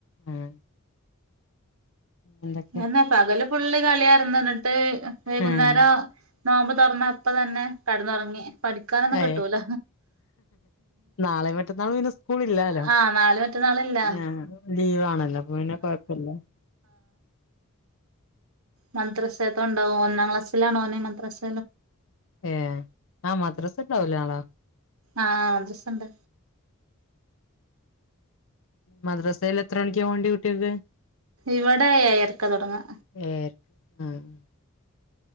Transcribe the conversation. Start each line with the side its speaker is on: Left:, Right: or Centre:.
Left: ആഹ് എന്തൊക്കെയാ
Right: അതെന്നെ പകല് ഫുള്ള് കളിയായിരുന്ന് എന്നിട്ട് വൈകുന്നേരം
Left: ആഹ്
Right: നോമ്പ് തുറന്നപ്പോതന്നെ കിടന്നുറങ്ങി പഠിക്കാനൊന്നും
Left: ഏഹ്
Right: കിട്ടൂല.
Left: നാളെയും മറ്റന്നാളും പിന്നെ സ്കൂളില്ലാലോ
Right: ആ നാളെയും മറ്റ ന്നാളുമില്ല
Left: ആഹ് ലീവാണല്ലോ അപ്പൊ പിന്നെ കൊഴപ്പില്ല
Right: മദ്രസേത്ത ഉണ്ടാവും ഒന്നാം ക്ലാസിലാണോന് മദ്രസെൽ
Left: ഏഹ് ആഹ് മദ്രസണ്ടാവൂലെ നാള
Right: ആഹ് ആഹ് മദ്രസുണ്ട്
Left: മദ്രസയിൽ എത്രമണിക്കാ പോണ്ടെ കുട്ടിയേക്ക്
Right: ഇവിടെ ഏഴരക്ക തുടങ്ങുവ
Left: ഏഴരക്ക് ആഹ്